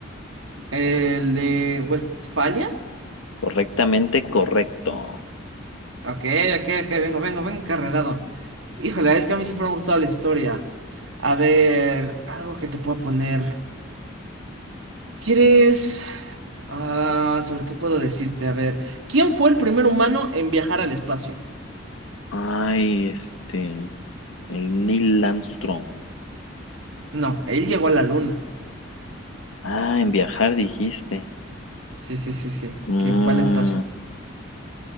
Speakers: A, on the right (about 70°); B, on the left (about 85°).
A: ¿El de Westfalia?
B: correctamente correcto.
A: Ok, ok, ok, vengo, vengo, vengo carrerado. Híjole, es que a mí siempre me ha gustado la historia. A ver, algo que te puedo poner. ¿Quieres? Ah, ¿sobre qué puedo decirte? A ver, ¿quién fue el primer humano en viajar al espacio?
B: Ay, este, el Neil Armstrong.
A: No, él llegó a la luna.
B: Ah, en viajar dijiste.
A: Sí, sí, sí, sí,
B: Mm,
A: que fue al espacio.